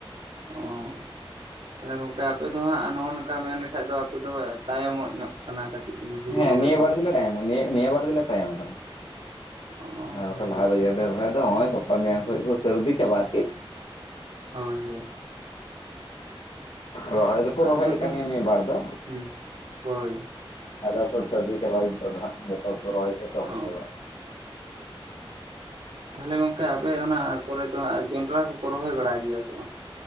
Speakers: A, on the right (about 85°); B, on the left (about 80°).
A: ᱚᱸᱻ ᱛᱟᱦᱚᱞᱮ ᱜᱚᱝᱠᱮ ᱟᱯᱮ ᱫᱚ ᱦᱟᱸᱜ ᱱᱚᱜᱼᱚᱸᱭ ᱱᱚᱝᱠᱟ ᱢᱮᱱ ᱞᱮᱠᱷᱟᱡ ᱫᱚ ᱟᱯᱮ ᱫᱚ ᱦᱟᱸᱜ ᱛᱟᱭᱚᱢᱚᱜ ᱧᱚᱜᱼᱼ ᱠᱟᱱᱟ ᱠᱟᱹᱴᱤᱡ ᱦᱩᱲᱩ
B: ᱦᱮᱸ
A: ᱨᱚᱦᱚᱭ
B: ᱱᱤᱭᱟᱹ
A: ᱠᱚᱫᱚ᱾
B: ᱵᱟᱨ ᱜᱮᱞᱮ ᱱᱤᱭᱟᱹ ᱱᱤᱭᱟᱹ ᱵᱟᱨ ᱜᱮᱞᱮ ᱛᱟᱭᱚᱢ ᱠᱟᱱᱟ
A: ᱚ
B: ᱟᱨ
A: ᱦᱳᱭᱛᱚ
B: ᱵᱟᱠᱷᱟᱡ ᱞᱟᱦᱟ ᱨᱮ ᱜᱮᱞᱮ ᱨᱚᱦᱚᱭ ᱫᱚ ᱨᱚᱦᱚᱭᱼᱼ ᱠᱟ ᱢᱮᱭᱟᱝ ᱠᱷᱚᱡ ᱠᱚ ᱥᱟᱹᱨᱫᱤ ᱪᱟᱵᱟᱜ ᱟᱨᱠᱤᱼᱼ
A: ᱦᱳᱭ ᱦᱳᱭ
B: ᱨᱚᱦᱚᱭ ᱫᱚᱠᱚ
A: ᱟᱫᱚ
B: ᱨᱚᱦᱚᱭᱮᱫ
A: ᱛᱟᱦᱚᱞᱮ
B: ᱠᱟᱱ ᱜᱮᱭᱟ ᱢᱤᱫ ᱵᱟᱲ ᱫᱚ᱾
A: ᱦᱩᱸ ᱦᱳᱭ
B: ᱟᱫᱚ ᱠᱚ ᱥᱟᱵᱽᱡᱤ ᱪᱟᱵᱟᱭᱮᱱ ᱱᱤᱛᱚᱜ ᱫᱚ ᱦᱟᱸᱜ ᱡᱚᱛᱚ ᱦᱚᱲ ᱠᱚ ᱨᱚᱦᱚᱭ ᱮᱛᱚᱦᱚᱵ
A: ᱚ
B: ᱪᱟᱵᱟᱜᱼᱟ᱾
A: ᱛᱟᱦᱚᱞᱮ ᱜᱚᱝᱠᱮ ᱟᱯᱮ ᱚᱱᱟ ᱠᱚᱨᱮ ᱫᱚ ᱦᱟᱸᱜ ᱡᱚᱱᱰᱨᱟ ᱠᱚᱠᱚ ᱨᱚᱦᱚᱭ ᱵᱟᱲᱟ ᱜᱮᱭᱟ ᱥᱮ ᱵᱟᱝ?